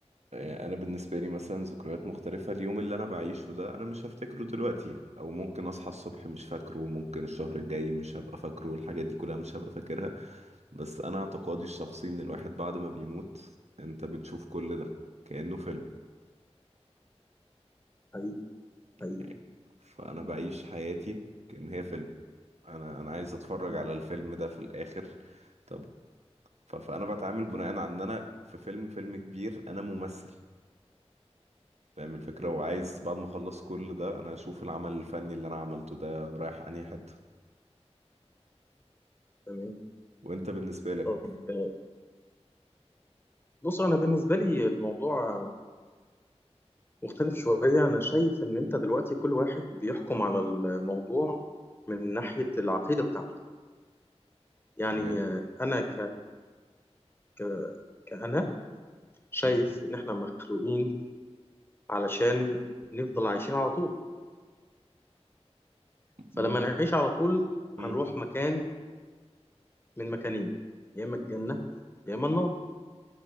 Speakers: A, on the right (about 75°); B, on the left (about 20°).
A: يعني انا بالنسبه لي مثلا ذكريات مختلفه اليوم اللي انا بعيشه ده انا مش هفتكره دلوقتي او ممكن اصحى الصبح مش فاكره ممكن الشهر الجاي مش هبقى فاكره الحاجات دي كلها مش هبقى فاكرها بس انا اعتقادي الشخصي ان الواحد بعد ما بيموت انت بتشوف كل ده كأنه فيلم
B: حقيقي حقيقي
A: يعني فانا
B: م-
A: بعيش حياتي كأن هي فيلم انا انا عايز اتفرج
B: م-
A: على الفيلم ده في الاخر طب ف- فانا بتعامل بناء على ان انا في فيلم فيلم كبير انا ممثل فاهم الفكرة
B: م.
A: وعايز بعد ما اخلص كل ده انا اشوف العمل الفني اللي انا عملته ده رايح انهي حتة
B: تمام
A: وانت بالنسبة لك
B: طب آه، بص انا بالنسبة لي الموضوع مختلف شوية أنا شايف إن أنت دلوقتي كل واحد بيحكم على الموضوع من ناحية العقيدة بتاعته يعني
A: تمام
B: آه، أنا ك... ك... كأنا شايف
A: م-
B: إن إحنا مخلوقين علشان نفضل عايشين على طول فلما
A: ممكن
B: نعيش على طول
A: م-
B: هنروح مكان من مكانين يا إما الجنة يا إما النار